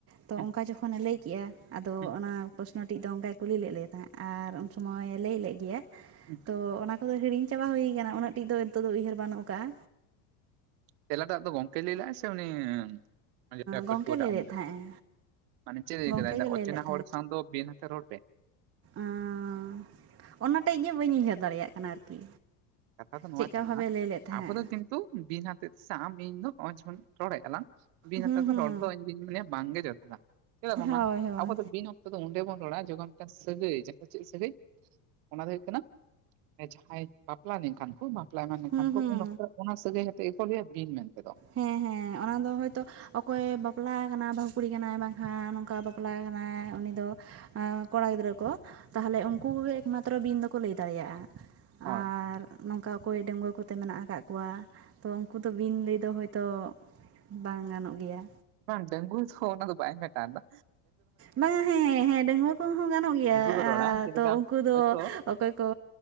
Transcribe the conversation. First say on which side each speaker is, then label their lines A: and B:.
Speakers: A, on the right; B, on the right.
A: ᱛᱚ
B: ᱦᱩᱸ
A: ᱚᱱᱠᱟ ᱡᱚᱠᱷᱚᱱᱮ ᱞᱟᱹᱭ ᱠᱮᱜᱼᱟ ᱟᱫᱚ
B: ᱦᱩᱸ
A: ᱚᱱᱟ ᱯᱨᱚᱥᱱᱚ ᱴᱤᱡ ᱫᱚ ᱚᱱᱠᱟᱭ ᱠᱩᱞᱤ ᱞᱮᱫ ᱞᱮ ᱛᱟᱦᱮᱸᱫ᱾ ᱟᱨ
B: ᱦᱩᱸ
A: ᱩᱱ ᱥᱚᱢᱚᱭᱮ ᱞᱟᱹᱭ ᱞᱮᱫ ᱜᱮᱭᱟ᱾
B: ᱦᱩᱸ
A: ᱛᱚ ᱚᱱᱟ ᱠᱚᱫᱚ ᱦᱤᱲᱤᱧ ᱪᱟᱵᱟ ᱦᱩᱭ ᱟᱠᱟᱱᱟ ᱩᱱᱟᱹᱜ ᱴᱷᱤᱡ ᱫᱚ ᱱᱤᱛᱚᱜ ᱫᱚ ᱩᱭᱦᱟᱹᱨ ᱵᱟᱹᱱᱩᱜ ᱟᱠᱟᱜᱼᱟ᱾
B: ᱛᱮᱞᱟ ᱴᱟᱜ ᱫᱚ ᱜᱚᱝᱠᱮᱭ ᱞᱟᱹᱭ ᱞᱮᱜᱼᱟ ᱥᱮ ᱩᱱᱤ <unintelligible> ᱯᱟᱹᱴᱷᱩᱣᱟᱹ
A: ᱜᱚᱝᱠᱮ
B: ᱴᱟᱜ
A: ᱞᱟᱹᱭ
B: ᱩᱱᱤᱴᱟᱜ
A: ᱞᱮᱫ ᱛᱟᱦᱮᱸᱫᱼᱮ
B: ᱢᱟᱱᱮ ᱪᱮᱫ ᱮ ᱞᱟ. ᱭ
A: ᱜᱚᱝᱠᱮ
B: ᱠᱮᱫᱟ?
A: ᱜᱮ
B: ᱚᱪᱮᱱᱟ
A: ᱞᱟᱹᱭ ᱞᱮᱫ
B: ᱦᱚᱲ ᱥᱟᱝ ᱫᱚ ᱵᱤᱱ ᱟᱛᱮ ᱨᱚᱲ ᱯᱮ᱾
A: ᱟᱸ ᱚᱱᱟ ᱴᱷᱮᱡ ᱜᱮ ᱵᱟᱹᱧ ᱩᱭᱦᱟᱹᱨ ᱫᱟᱲᱮᱭᱟᱜ ᱠᱟᱱᱟ ᱟᱨᱠᱤ᱾
B: ᱠᱟᱛᱷᱟ ᱫᱚ ᱱᱚᱣᱟ
A: ᱪᱮᱫᱠᱟ
B: ᱠᱟᱱᱟ
A: ᱵᱷᱟᱵᱮ
B: ᱟᱨ
A: ᱞᱟᱹᱭ ᱞᱮᱫ ᱛᱟᱦᱮᱸᱫ
B: ᱟᱵᱚ ᱫᱚ ᱠᱤᱱᱛᱩ ᱵᱤᱱ ᱦᱟᱛᱮᱫ ᱥᱮ ᱟᱢ ᱤᱧ ᱫᱚ ᱱᱚᱜ-ᱚᱭ ᱡᱮ ᱵᱚᱱ ᱨᱚᱲᱮᱫ ᱟᱞᱟᱝ᱾ ᱵᱤᱱ
A: ᱦᱩᱸ
B: ᱦᱟᱛᱟᱣ ᱫᱚ
A: ᱦᱩᱸ
B: ᱨᱚᱲ ᱫᱚ ᱤᱧ ᱫᱩᱧ ᱢᱚᱱᱮᱭᱟ ᱵᱟᱝᱜᱮ ᱡᱚᱛᱷᱟ, ᱪᱮᱫᱟᱜ ᱵᱟᱝ
A: ᱦᱳᱭ
B: ᱢᱟ
A: ᱦᱳᱭ
B: ᱟᱵᱚ ᱫᱚ ᱵᱤᱱ, ᱛ ᱫᱚ ᱚᱸᱰᱮ ᱵᱚᱱ ᱨᱚᱲᱟ ᱡᱚᱠᱷᱚᱱ ᱢᱤᱫᱴᱟᱝ ᱥᱟᱹᱜᱟᱹᱭ ᱡᱚᱱ ᱪᱮᱫ ᱥᱟᱹᱜᱟᱹᱭ ᱚᱱᱟ ᱫᱚ ᱦᱩᱭᱩᱜ ᱠᱟᱱᱟ ᱢᱟᱱᱮ ᱡᱟᱦᱟᱸᱭ ᱵᱟᱯᱞᱟ ᱞᱮᱱᱠᱷᱟᱱ ᱠᱚ ᱵᱟᱯᱞᱟ ᱮᱢᱟᱱ ᱞᱮᱠᱷᱟᱱ
A: ᱦᱩᱸ
B: ᱠᱚ
A: ᱦᱩᱸ
B: ᱩᱱ ᱚᱠᱛᱚ ᱚᱱᱟ ᱥᱟᱹᱜᱟᱹᱭ ᱟᱛᱮᱫ ᱜᱮᱠᱚ ᱞᱟᱹᱭᱟ ᱵᱤᱱ ᱢᱮᱱᱛᱮᱫᱚ᱾
A: ᱦᱮᱸ ᱦᱮᱸ ᱚᱱᱟ ᱫᱚ ᱦᱚᱭᱛᱳ ᱚᱠᱚᱭ ᱵᱟᱯᱞᱟ ᱠᱟᱱᱟ ᱵᱟᱹᱦᱩ ᱠᱩᱲᱤ ᱠᱟᱱᱟᱭ ᱵᱟᱝᱠᱷᱟᱱ ᱱᱚᱝᱠᱟ ᱵᱟᱯᱞᱟ ᱠᱟᱱᱟᱭ ᱩᱱᱤ ᱫᱚ᱾ ᱟᱸ ᱠᱚᱲᱟ ᱜᱤᱫᱽᱨ ᱠᱚ᱾ ᱛᱟᱦᱚᱞᱮ ᱩᱱᱠᱩ ᱠᱚᱜᱮ ᱮᱠᱢᱟᱛᱨᱚ ᱵᱤᱱ ᱫᱚᱠᱚ ᱞᱟᱹᱭ ᱫᱟᱲᱮᱭᱟᱜᱼᱟ᱾ ᱟᱨ
B: ᱦᱳᱭ
A: ᱱᱚᱝᱠᱟ ᱚᱠᱚᱭ ᱰᱟᱺᱣᱟᱹ ᱠᱚᱛᱮ ᱢᱮᱱᱟᱜ ᱟᱠᱟᱫ ᱠᱚᱣᱟ᱾ ᱛᱚ ᱩᱱᱠᱩ ᱫᱚ ᱵᱤᱱ ᱞᱟᱹᱭ ᱫᱚ ᱦᱚᱭᱛᱚ ᱵᱟᱝ ᱜᱟᱱᱚᱜ ᱜᱮᱭᱟ᱾
B: ᱵᱟᱝ ᱰᱟᱹᱛᱩ ᱛᱮᱦᱚ ᱟᱱᱟ ᱫᱚ ᱵᱟᱭ ᱱᱮᱴᱟᱨ ᱫᱟ᱾
A: ᱵᱟᱝᱟ ᱦᱮᱸ ᱦᱮᱸ ᱰᱟᱹᱜᱩᱣᱟᱹ ᱠᱚᱦᱚᱸ ᱜᱟᱱᱚᱜ ᱜᱮᱭᱟ᱾
B: ᱩᱱᱠᱩ ᱠᱚ ᱨᱚᱲᱟ
A: ᱟᱻ
B: ᱪᱮᱫ ᱞᱮᱠᱟ
A: ᱛᱚ ᱩᱱᱠᱩ ᱫᱚ
B: ᱦᱚᱭᱛᱚ
A: ᱚᱠᱚᱭ ᱠᱚ